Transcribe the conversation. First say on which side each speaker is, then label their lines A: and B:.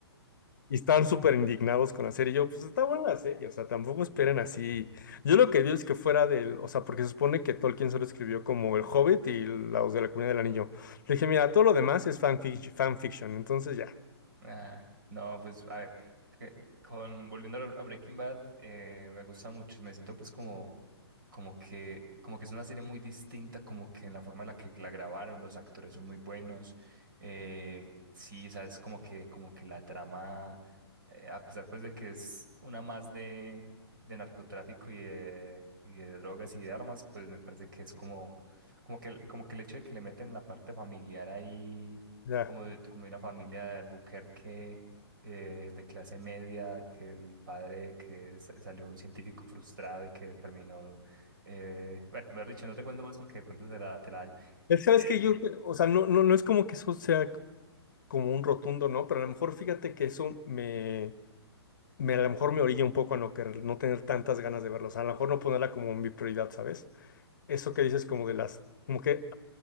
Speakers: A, on the left; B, on the right.
A: y estaban súper indignados con la serie. Y yo, pues está buena la serie, o sea, tampoco esperen así. Yo lo que digo es que fuera del, o sea, porque se supone que Tolkien solo escribió como El Hobbit y los de la Comunidad del Anillo. Le dije, mira, todo lo demás es fanfic- fanfiction, entonces ya,
B: Ah, no, pues a ver, que- con, volviendo a a Breaking Bad, eh, me gusta mucho y me siento pues como, como que, como que es una serie muy distinta, como que en la forma en la que la grabaron, los actores son muy buenos, eh, sí, o sea, es como que, como que la trama, eh, a pesar pues de que es una más de, de narcotráfico y de, y de drogas y de armas, pues me parece que es como, como que, como que el hecho de que le meten la parte familiar ahí
A: ya.
B: como de, como de una familia de Albuquerque eh, de clase media, que el padre que sa- salió un científico frustrado y que terminó, eh, bueno, mejor dicho, no te cuento más porque de pronto te la, te la daño.
A: Es, sabes
B: Eh,
A: que yo, o sea, no, no, no es como que eso sea como un rotundo, ¿no? Pero a lo mejor fíjate que eso me me, a lo mejor me orilla un poco a no, querer- no tener tantas ganas de verlos, a lo mejor no ponerla como mi prioridad, ¿sabes? Eso que dices como de las, como que